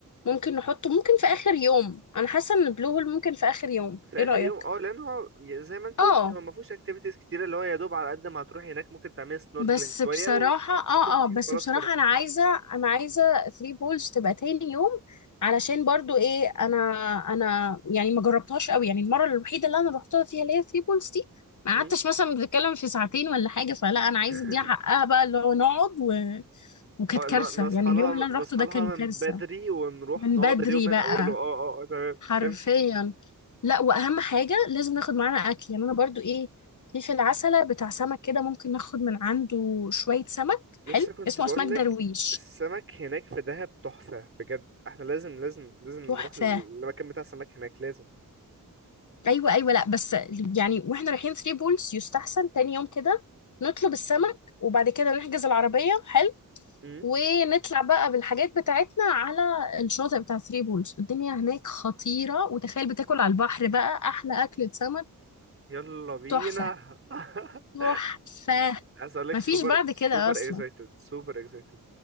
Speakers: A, on the left; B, on the right.
A: ممكن نحطه ممكن في اخر يوم انا حاسه ان البلو هول ممكن في اخر يوم
B: في
A: ايه
B: اخر
A: رايك
B: يوم اه لان هو زي ما انت
A: اه
B: قلتي هو ما فيهوش اكتيفيتيز كتيره اللي هو يا دوب على قد ما هتروحي هناك ممكن تعملي سنوركلينج
A: بس
B: شويه
A: بصراحة
B: و...
A: اه
B: وتمشي
A: اه بس
B: وخلاص
A: بصراحة
B: كده
A: انا عايزة انا عايزة 3 بولز تبقى تاني يوم علشان برضو ايه انا انا يعني ما جربتهاش قوي يعني المرة الوحيدة اللي انا رحتها فيها اللي هي 3 بولز دي ما
B: مم.
A: قعدتش مثلا بنتكلم في ساعتين ولا حاجة فلا انا
B: <laughs>
A: عايزة اديها حقها بقى اللي هو نقعد و... وكانت
B: اه
A: كارثة
B: لا نصحى
A: يعني اليوم
B: لها
A: اللي انا
B: نصحى
A: رحته ده
B: لها
A: كان كارثة
B: من بدري ونروح
A: من
B: نقعد
A: بدري
B: اليوم من
A: بقى
B: اوله اه اه اه تمام
A: حرفيا
B: فهمت
A: لا واهم حاجه لازم ناخد معانا اكل يعني انا برضو ايه في في العسله بتاع سمك كده ممكن ناخد من عنده شويه سمك
B: لسه
A: حلو
B: كنت
A: اسمه
B: بقول
A: اسماك درويش
B: لك السمك هناك في دهب تحفة بجد احنا لازم لازم لازم نروح
A: تحفه
B: المكان بتاع السمك هناك لازم
A: ايوه ايوه لا بس يعني واحنا رايحين ثري بولز يستحسن تاني يوم كده نطلب السمك وبعد كده نحجز العربيه حلو
B: امم
A: ونطلع بقى بالحاجات بتاعتنا على الشاطئ بتاع ثري بولز الدنيا هناك خطيره وتخيل بتاكل على البحر بقى احلى اكله سمك
B: يلا بينا
A: تحفه
B: <laughs>
A: تحفة
B: عايز اقول لك
A: مفيش
B: سوبر
A: بعد
B: سوبر
A: كده أصلا
B: اكسايتد سوبر اكسايتد